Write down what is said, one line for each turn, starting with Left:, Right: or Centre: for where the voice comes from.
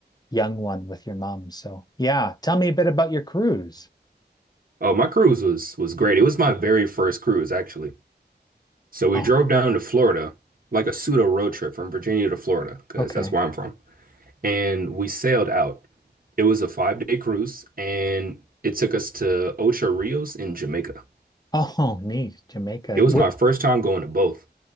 Left: young one with your mum. So, yeah, tell me a bit about your cruise.
Right: Oh, my cruise was was great. It was my very first cruise, actually. So we
Left: Oh,
Right: drove down to Florida, like a pseudo road trip from Virginia to Florida, because
Left: okay.
Right: that's where I'm from. And we sailed out. It was a five day cruise, and it took us to Ocho Rios in Jamaica.
Left: Oh, neat. Jamaica.
Right: It was
Left: We're,
Right: my first time going to both.